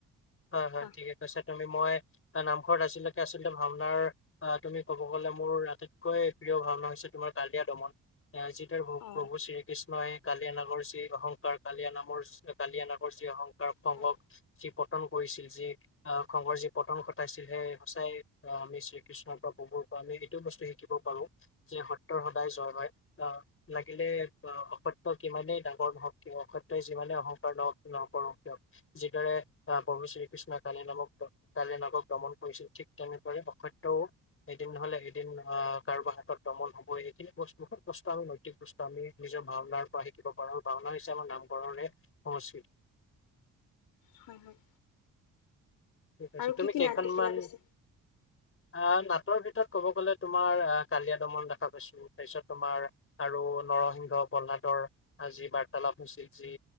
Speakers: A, on the left; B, on the left.
A: হয় হয়
B: কোৱা
A: ঠিকে কৈছা তুমি। মই নামঘৰত আজিলৈকে আচলতে ভাওনাৰ আহ তুমি ক'ব গলে মোৰ আটাইতকৈ প্ৰিয় ভাওনা হৈছে তোমাৰ কালীয়া দমন। যিদাৰে
B: অ
A: প্ৰভু শ্ৰীকৃষ্ণই কালিয়া নাগৰ যি অহংকাৰ কালিয়া নামৰ কালিয়ানাগৰ যি অহংকাৰ সংগক
B: হয়
A: পটন কৰিছিল ।যি, আহ খঙৰ যি পতন ঘটাইছিল সেই সঁচাই আমি শ্ৰীকৃষ্ণৰ পৰা বহু আমি এইটো বস্তু শিকিব পাৰো যে সত্যৰ সদায় জয় হয়। অ লাগিলে, অ, অসত্য কিমানেই ডাঙৰ নহওক কিয় অসত্যই যিমানেই অহং কাৰ নকৰক কিয়। যিদৰে আহ প্ৰভু শ্ৰীকৃষ্ণই কালিয়া নামক কালিয়া নাগক দমন কৰিছিল ঠিক তেনেদৰে অসত্যও এদিন নহলে এদিন আহ কাৰোবাৰ হাতত দমন হ'বই। এইখিনি বহুত কষ্ট আমি নৈতিক কষ্ট আমি নিজৰ ভওনাৰ পৰা শিকিব পাৰো। ভাওনা হৈছে আমাৰ নামঘৰৰে সংস্কৃতি।
B: হয় হয়।
A: ঠিক আছে।
B: আৰু কি
A: তুমি
B: কি
A: কেইখনমান
B: নাট দেখিলা পিছে
A: আহ নাটৰ ভিতৰত ক'ব গ'লে তোমাৰ আহ কালিয় দমন দেখা পাইছো, তাৰপিছত তোমাৰ আৰু নৰসিংহ, প্ৰহ্লাদৰ যি বাৰ্তালাপ হৈছিল যি